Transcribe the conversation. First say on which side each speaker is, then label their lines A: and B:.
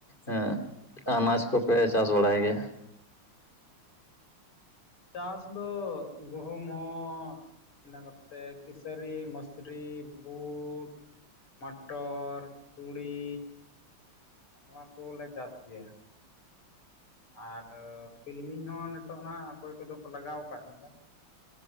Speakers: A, on the left; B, on the left.
A: ᱮᱸᱜ᱾ ᱟᱱᱟᱡᱽ ᱠᱚ ᱯᱮ ᱪᱟᱥ ᱵᱟᱲᱟᱭ ᱜᱮᱭᱟ᱾
B: ᱪᱟᱥ ᱫᱚ ᱜᱩᱦᱩᱢ ᱦᱚᱸ᱾ ᱤᱱᱟᱹ ᱠᱟᱛᱮ ᱠᱤᱥᱟᱹᱨᱤ ᱢᱟᱹᱥᱨᱤ ᱵᱷᱩᱴ᱾ ᱢᱟᱴᱚᱨ ᱛᱩᱲᱤ ᱟᱨ ᱱᱚᱣᱟ ᱠᱩᱦᱚ ᱞᱮ ᱪᱟᱥ ᱜᱮᱭᱟ᱾ ᱟᱨ ᱛᱤᱞᱢᱤᱧ ᱦᱚᱸ ᱱᱤᱛᱚᱜ ᱱᱟᱦᱟᱜ ᱚᱠᱚᱭ ᱠᱚ ᱫᱚ ᱠᱚ ᱞᱟᱜᱟᱣ ᱠᱟᱫ ᱜᱮᱭᱟ᱾